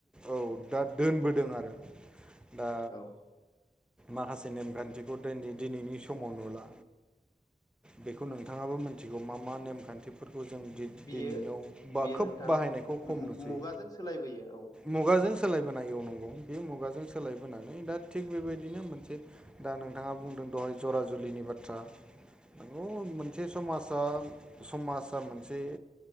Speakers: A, in the centre; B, on the left (about 25°).
A: औ दा दोनबोदों आरो। दा
B: औ
A: माखासे नेमखान्थिखौ दोनदि दिनैनि समाव नुला। बेखौ नोंथाङाबो मोन्थिगौ मा मा नेमखान्थिफोरखौ जों दि-दिनैनियाव
B: बियो
A: बा
B: बियो
A: खोब
B: नोंथां
A: बाहायनायखौ खम
B: मु-मुगाजों
A: नुसै
B: सोलायबोयो औ
A: मुगाजों सोलायबोनाय औ नंगौ बे मुगाजों सोलायबोनानै दा थिग बेबायदिनो मोनसे दा नोंथांङा बुंदों दहाय जरा जुलिनि बाथ्रा। नंगौ मोनसे समाजा समाजा मोनसे